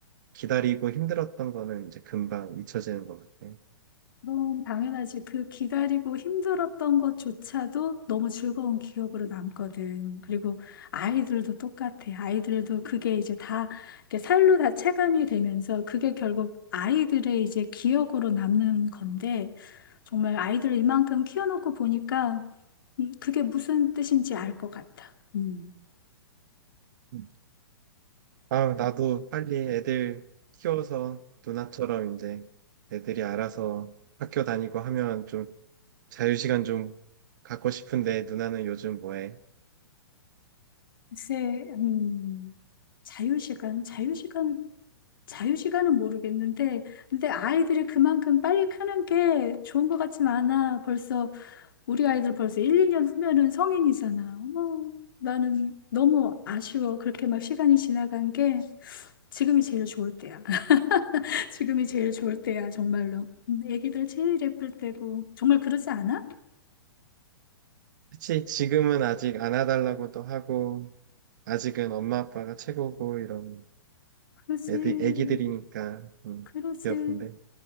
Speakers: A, on the right (about 50°); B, on the left (about 60°).
A: 기다리고 힘들었던 거는 이제 금방 잊혀지는 것 같아.
B: 너무 당연하지. 그 기다리고 힘들었던 것조차도 너무 즐거운 기억으로 남거든. 그리고 아이들도 똑같아. 아이들도 그게 이제 다 이렇게 살로 다 체감이 되면서 그게 결국 아이들의 이제 기억으로 남는 건데 정말 아이들을 이만큼 키워놓고 보니까 음, 그게 무슨 뜻인지 알 것 같아. 음.
A: 음. 아, 나도 빨리 애들 키워서 누나처럼 이제 애들이 알아서 학교 다니고 하면 좀 자유시간 좀 갖고 싶은데 누나는 요즘 뭐해?
B: 글쎄, 음, 자유시간, 자유시간 자유시간은 모르겠는데, 근데 아이들이 그만큼 빨리 크는 게 좋은 것 같진 않아. 벌써, 우리 아이들 벌써 1, 2년 후면은 성인이잖아. 어머, 나는 너무 아쉬워. 그렇게 막 시간이 지나간 게 지금이 제일 좋을 때야. <laughs> 지금이 제일 좋을 때야, 정말로. 음, 애기들 제일 예쁠 때고. 정말 그러지 않아?
A: 그치, 지금은 아직 안아달라고도 하고, 아직은 엄마 아빠가 최고고 이런
B: 그러지.
A: 애들, 애기들이니까, 음,
B: 그러지.
A: 귀여운데.